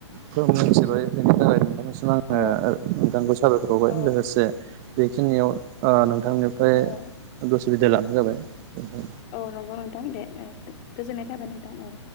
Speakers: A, on the right; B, on the left.
A: फोर मिथिबाय बेनि थाखाय नोंथां मोन आङो
B: औ
A: दांगौ साबायखर हावबाय
B: औ
A: लोगोसे बेखिनियाव नोंथांनिफ्राय
B: औ
A: उसुबिदा लानाय जाबायथां
B: औ नंगौ नोंथां दे गोजोननाय थाबाय नोंथां